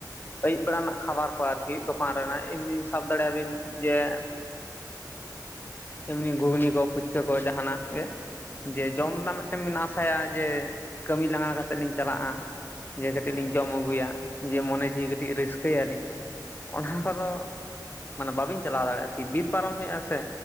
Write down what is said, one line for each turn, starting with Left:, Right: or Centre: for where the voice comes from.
Left: ᱟᱹᱭᱩᱵ ᱵᱮᱲᱟ ᱨᱮᱱᱟᱜ ᱠᱷᱟᱵᱟᱨ ᱠᱚ ᱟᱨᱠᱤ ᱛᱚᱯᱟᱱ ᱨᱮᱱᱟᱜ ᱮᱢᱱᱤ ᱥᱟᱵ ᱫᱟᱲᱮᱭᱟᱵᱤᱱ ᱡᱮ ᱮᱢᱱᱤ ᱜᱷᱩᱜᱽᱱᱤ ᱠᱚ, ᱯᱷᱩᱪᱠᱟᱹ ᱠᱚ ᱡᱟᱦᱟᱱᱟᱜ ᱜᱮ᱾ ᱡᱮ
Right: ᱦᱮᱸ
Left: ᱡᱚᱢ ᱨᱮᱱᱟᱜ ᱢᱤᱫᱴᱮᱱ ᱵᱤᱱ ᱟᱥ-ᱟᱭᱟ ᱡᱮ ᱠᱟᱹᱢᱤ ᱞᱟᱸᱜᱟ ᱠᱟᱛᱮᱫ ᱞᱤᱧ ᱪᱟᱞᱟᱜ-ᱟ ᱡᱮ ᱠᱟᱹᱴᱤᱡ
Right: ᱦᱳᱭ
Left: ᱞᱤᱧ ᱡᱚᱢ ᱟᱹᱜᱩᱭᱟ ᱡᱮ ᱢᱚᱱᱮ ᱡᱤᱣᱤ ᱠᱟᱹᱴᱤᱡ ᱨᱟᱹᱥᱠᱟᱹᱭᱟᱞᱤᱧ, ᱚᱱᱟ
Right: ᱦᱮᱸ
Left: ᱠᱚᱫᱚ ᱢᱟᱱᱮ ᱵᱟᱹᱵᱤᱱ ᱪᱟᱞᱟᱣ ᱫᱟᱲᱮᱭᱟᱜ-ᱟᱨᱠᱤ ᱵᱤᱨ ᱯᱟᱨᱚᱢ ᱦᱩᱭᱩᱜ-ᱟ ᱥᱮ᱾